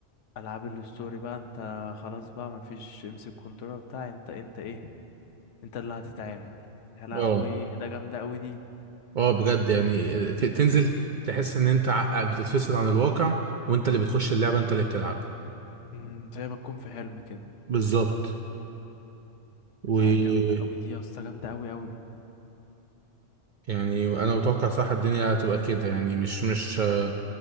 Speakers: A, on the left; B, on the right.
A: ألعاب الستوري بقى انت خلاص بقى مفيش امسك كنترول بتاع انت انت ايه انت اللي هتتعامل يا لهوي
B: اه
A: ده جامدة أوي دي
B: اه بجد يعني ت- تنزل تحس ان انت ع- بتتفصل عن الواقع وانت اللي بتخش اللعبة انت اللي بتلعب
A: مم، زي ما تكون في حلم كده
B: بالظبط ويعني
A: لا جامدة أوي دي يا اسطى جامدة أوي أوي
B: انا متوقع صح الدنيا هتبقى كده يعني مش مش آه،